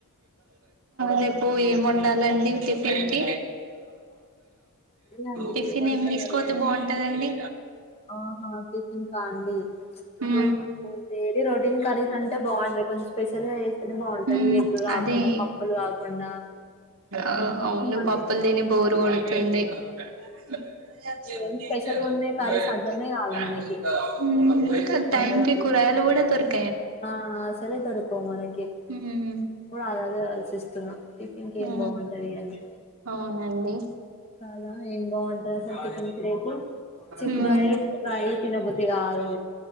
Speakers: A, on the right (about 75°); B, on the left (about 30°).
A: రేప్ పు ఏం ఉండాలండి టిఫిన్ కి
B: అదే అండి
A: టిఫిన్
B: వండుతున్నారు
A: ఏం తీసుకోతే బాగుంటదండి
B: ఆహా టిఫిన్కా అండి ఇప్పుడు
A: మ్మ్
B: డైలీ రొటీన్ కర్రీస్ అంటే బాగుండదు కొంచెం స్పెషల్ గా చేస్తేనే బాగుంటది
A: మ్మ్
B: రాకుండా
A: అదే
B: పప్పులు కాకుండా
A: ఆ ఔవును
B: అన్నీ
A: పప్పులు
B: తిని
A: థీని
B: తిని
A: బోరు కొడుతుంది <unintelligible>
B: ఏం స్పెషల్గా ఉన్నాయి కర్రీస్ అర్థమే కాదు మనకి
A: మ్ టైమ్కి
B: అవును.
A: కూరగాయలుకూడా దొరిక
B: ఆ అసలే దొరకవ్ మనకి
A: ఉమ్
B: కూడా అలాదే ఆలోచిస్తున్నా టిఫిన్ కి
A: హు
B: ఏం బాగుంటది అని
A: అవునండి
B: చాలా ఏం బాగుం టతి అసలు టిఫిన్స్ లోకి చిక్కుడుకాయి
A: ఉమ్
B: ఫ్రీ తినబుద్ది కాదు